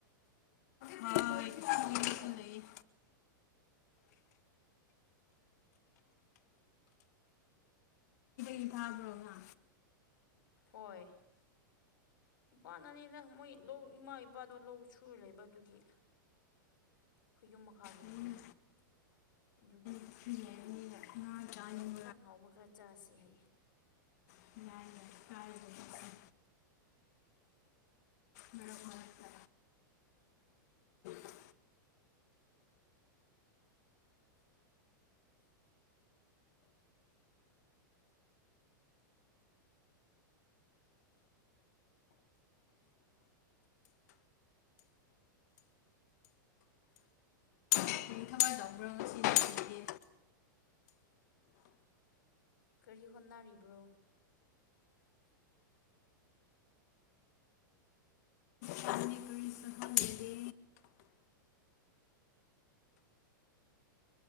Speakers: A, on the left; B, on the left.
A: ꯍꯣꯏ <unintelligible> ꯍꯣꯏꯁꯨ ꯂꯩꯌꯦ ꯄꯤꯊꯛꯈ꯭ꯔꯕ꯭ꯔ
B: ꯑꯣꯏ ꯏꯄꯥꯅꯅꯤꯗ ꯃꯣꯏ ꯂꯧ ꯏꯃꯥ ꯏꯄꯥꯗꯣ ꯂꯧ ꯁꯨꯔ ꯂꯩꯕ ꯑꯗꯨꯒꯤ ꯈꯣꯏꯌꯨꯝ ꯃꯈꯥꯒꯤ
A: ꯎꯝ
B: ꯂꯧꯗꯣ ꯑꯗꯨꯒꯤ
A: <unintelligible> ꯉꯥ ꯆꯥꯏꯉꯣ
B: ꯏꯟꯁꯥꯡ ꯍꯥꯎꯕ ꯈꯔ ꯆꯥꯁꯤ ꯍꯥꯏꯌꯦ
A: <unintelligible> ꯀꯥꯔꯒ ꯆꯠꯁꯤ ꯃꯔꯛ ꯃꯔꯛꯇ <unintelligible> ꯀꯔꯤ ꯊꯕꯛ ꯇꯧꯕ꯭ꯔꯣ ꯉꯁꯤꯗꯤ ꯁꯟꯗꯦ
B: ꯀꯔꯤ ꯍꯣꯠꯅꯔꯤꯕ꯭ꯔꯣ
A: ꯁꯟꯗꯦ ꯀꯔꯤꯁꯨ ꯍꯣꯂꯤꯗꯦ